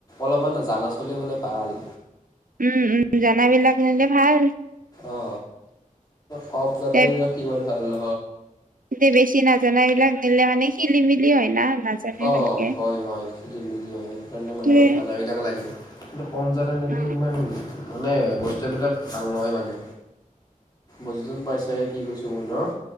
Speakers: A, on the left; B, on the right.
A: অলপমান জানা চলি হলে ভাল।
B: উম, উম, জানাবিলাক নিলে ভাল।
A: অ, কম জানাবিলাক
B: এ
A: সিমান ভাল ন
B: এতিয়া বেছি নাজানাবিলাক নিলে মানে খেলি-মেলি হয় না। নাজানে
A: অ,
B: ভালকে
A: হয় হয় খেলি-মেলি হয়, সেইকাৰণে
B: সেইটোৱে
A: মানে অলপ জানাবিলাক লাগে কম জানা নিলে
B: অ
A: সিমান মানে বস্তুবিলাক ভাল নহয় মানে। বুজিছুন পাইছা এ কি কৈছো মই ন?